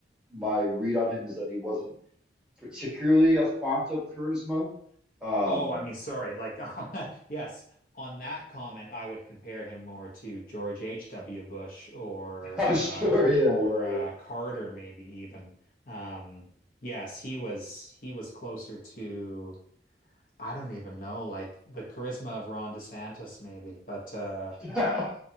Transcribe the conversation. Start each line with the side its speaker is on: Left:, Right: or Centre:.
Centre: my read on him is that he wasn't particularly a font of charisma. Um,
Left: Oh, I mean, sorry. Like, <laughs> yes, on that comment, I would compare him more to George H.W. Bush or
Centre: <laughs> oh,
Left: uh,
Centre: sure, yeah,
Left: or uh, Carter, maybe even. Um, yes, he was he was closer to I don't even know, like the charisma of Ron DeSantis, maybe. But uh,
Centre: yeah,